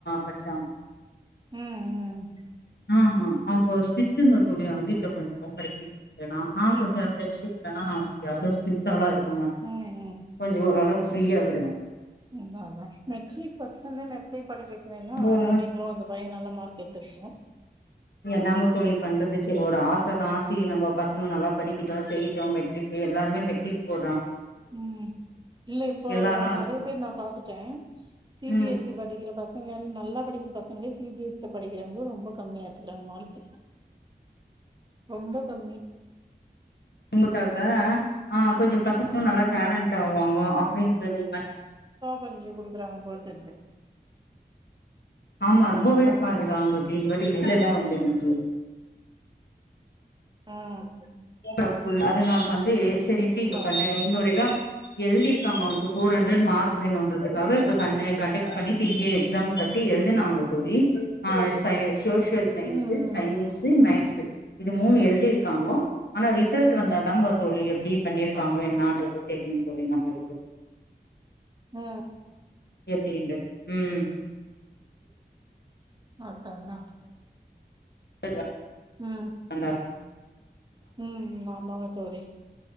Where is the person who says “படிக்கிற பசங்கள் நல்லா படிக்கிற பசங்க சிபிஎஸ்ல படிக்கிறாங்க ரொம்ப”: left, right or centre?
Right